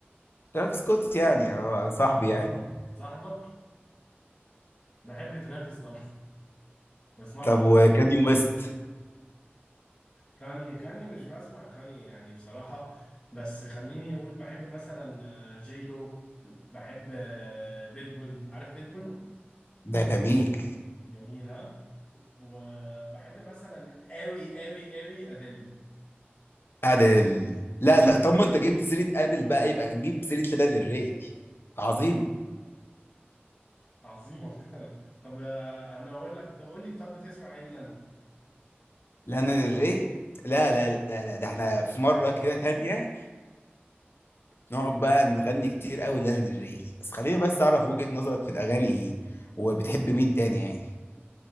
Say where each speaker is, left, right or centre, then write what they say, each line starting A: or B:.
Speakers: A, on the left (about 65°); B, on the left (about 15°).
A: ترافيس سكوت يعني آه صاحبي
B: اه
A: يعني
B: صاحبك بحب ترافيس طبعا بسمعه
A: طب وكاني
B: في
A: ويست
B: <laughs> كاني كاني مش بسمع كاني يعني بصراحة بس خليني أقول بحب مثلا آه، جي لو بحب آه، بيتبول عارف بيتبول
A: ده جميل
B: جميل ها وبحب مثلا قوي قوي قوي أديل
A: أدل لا لا طب ما أنت جبت سيرة أدل بقى يبقى نجيب سيرة لانا del ري عظيمة
B: عظيمة فعلا <laughs> طب آه، أنا أقول لك تقول لي طب بتسمع إيه اللي أنا
A: لانا ديل ري لا لا لا لا ده احنا في مرة كده تانية نقعد بقى نغني كتير قوي لانا ديل ري بس خليني بس اعرف وجهة نظرك في الاغاني ايه، وبتحب مين تاني يعني